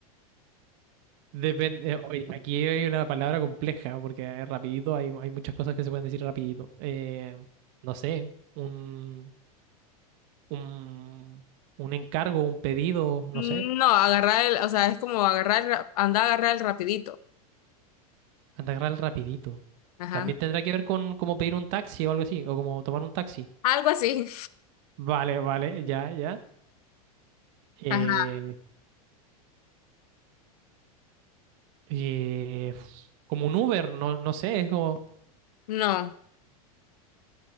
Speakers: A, on the right (about 55°); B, on the left (about 75°).
A: Depende, eh, oye, aquí hay una palabra compleja, porque eh, rapidito hay, hay muchas cosas que se pueden decir rapidito. Eh, no sé, un... un, un encargo, un pedido, no
B: No,
A: sé,
B: agarrar el, o sea, es como agarrar, el ra- andar a agarrar el rapidito.
A: anda a agarrar rapidito.
B: Ajá.
A: También tendrá que ver con cómo pedir un taxi o algo así, o como tomar un taxi.
B: Algo así.
A: Vale, vale, ya, ya. Eh,
B: <laughs> Ajá.
A: eh, f- como un Uber, no, no sé, es como
B: No.